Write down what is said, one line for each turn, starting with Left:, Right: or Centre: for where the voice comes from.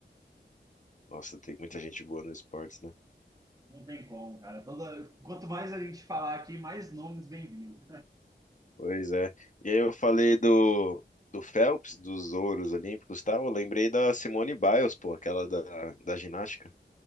Left: Nossa, tem muita gente boa no esportes, né?
Right: Não tem como, cara. Toda... Quanto mais a gente falar aqui, mais nomes bem-vindos.
Left: Pois é. E aí eu falei do, do Phelps, dos ouros olímpicos, tal. Eu lembrei da Simone Biles, pô, aquela da, da ginástica.